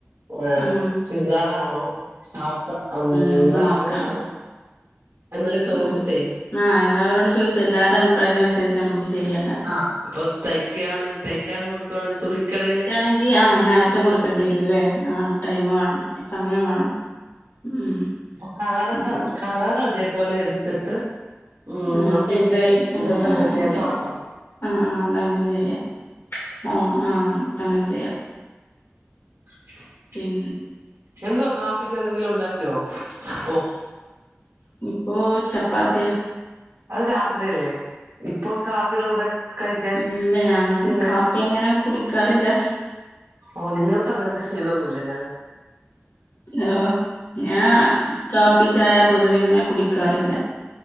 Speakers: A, on the right; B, on the left.
A: ഏഹ്
B: ഉം
A: ചുരിദാറാണോ ഹാഫ് സാ ഉം
B: നമുക്ക്
A: ദാവണിയണോ
B: നോക്കാം
A: എന്നൊക്കെ ചോദിച്ചിട്ടേ
B: ഉം ആഹ് എല്ലരോടും ചോദിച്ച് എല്ലാരേം അഭിപ്രായത്തിനുസരിച്ച് നമ്മക്ക് ചെയ്യല്ലേ
A: ആഹ് ഇപ്പൊ തയ്ക്കാണെങ്കി തയ്ക്കാൻ കൊടുക്കുവാണെങ്കി തുണിക്കടേൽ
B: ണെങ്കി ആഹ് നല്ല <unintelligible> കൊടുക്കേണ്ടിരുല്ലേ ആ ടൈമ് വേണം സമയം വേണം ഉം
A: ആഹ്‌ കളറൊക്കെ
B: അപ്പൊ
A: കളർ ഒരേപോലെ എടുത്തിട്ട് ഉം
B: ആഹ്
A: നമുക്ക്
B: ഡിസൈൻ
A: അതിന്റെ
B: ഏഹ്
A: ഇതൊക്കെ വ്യത്യാസമാക്കാം
B: അയിന്റെ ആഹ് ആ അതങ്ങനെ ചെയ്യാം ആഹ് ആഹ് അങ്ങനെ ചെയ്യാം
A: ആ <inaudible>
B: പിൻ
A: എന്തുവാ കാപ്പിക്ക് എന്തെങ്കിലും ഉണ്ടാക്കിയോ ഓഹ്
B: ഇപ്പോ ചപ്പാത്തിയ
A: അത് രാത്രിയല്ലേ ഇപ്പൊ കാപ്പിയുടെ കൂടെ കഴിക്കാൻ
B: ഇല്ല ഞാ
A: പിന്നെ
B: കാപ്പി അങ്ങനെ കുടിക്കാറില്ല
A: ഓ നിങ്ങൾക്ക് അങ്ങനത്തെ ശീലൊന്നുല്ലെ
B: ഹൊ ഞാ കാപ് പ്പി ചായ പൊതുവെ അങ്ങനെ കുടിക്കാറില്ല